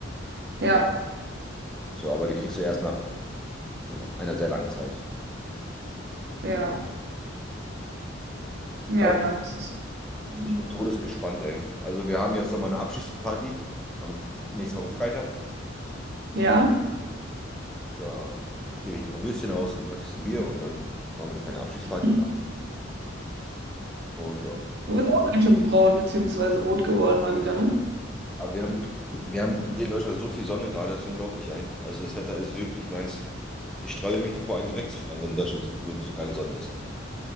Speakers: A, on the right; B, in the centre.
A: Ja,
B: So, aber die kriegst du erst nach einer sehr langen Zeit.
A: ja. Ja,
B: Aber
A: dann ist es easy.
B: Ich bin todesgespannt, ey. Also wir haben jetzt nochmal eine Abschiedsparty am F- nächste Woche Freitag.
A: Ja.
B: Da gebe ich ein paar Würstchen aus und ein paar Kisten Bier und dann machen wir eine kleine Abschiedsparty
A: Du
B: mit allen. Und ja.
A: bist auch ganz schön braun beziehungsweise rot geworden mal wieder, ne?
B: Aber wir haben, wir haben hier in Deutschland so viel Sonne gerade, das ist unglaublich, ey. Also das Wetter ist wirklich nice. Ich sträube mich davor, eigentlich wegzufahren, wenn in Deutschland so, so, so geile Sonne ist.